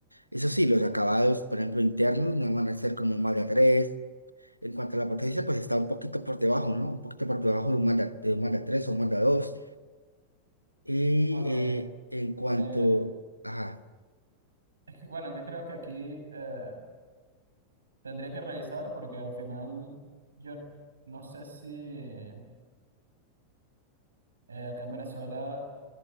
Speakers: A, on the right; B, on the right.
A: Eso sí, los acabados, por ejemplo, internos no van a ser como un Mazda tres. En cuanto a la potencia, pues está un poquito por debajo, ¿no? Un poquito por debajo de un Mazda, de un Mazda tres o un Mazda dos. Y
B: Ok,
A: eh,
B: ok.
A: en cuanto,
B: Eh,
A: ajá,
B: es que, bueno, que creo que aquí eh, tendría que revisar porque al final yo no sé si eh, acá en Venezuela